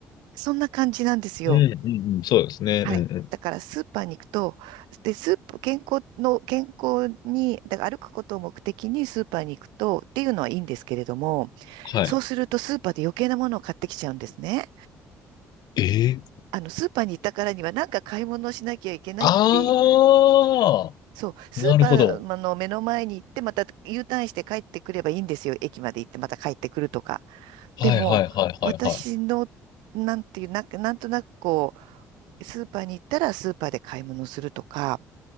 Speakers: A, on the right (about 75°); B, on the left (about 65°).
A: そんな感じなんですよ。
B: うん、うん、うん、そうですね。
A: はい。
B: うん、うん。
A: だからスーパーに行くと、で、スーパー、健康の、健康に、だから歩くことを目的にスーパーに行くとっていうのはいいんですけれども、
B: はい。
A: そうするとスーパーで余計なものを買ってきちゃうんですね。
B: ええ
A: あの、スーパーに行ったからにはなんか買い物をしなきゃいけないって、
B: ああ
A: そう、スーパーの目の前に行ってまた
B: ー、なるほど。
A: U ターンして帰ってくればいいんですよ。駅まで行ってまた帰ってくるとか。
B: はい、
A: でも、
B: はい、はい、
A: 私の、
B: はい、はい。
A: なんていう、なんか、なんとなくこう、スーパーに行ったらスーパーで買い物するとか、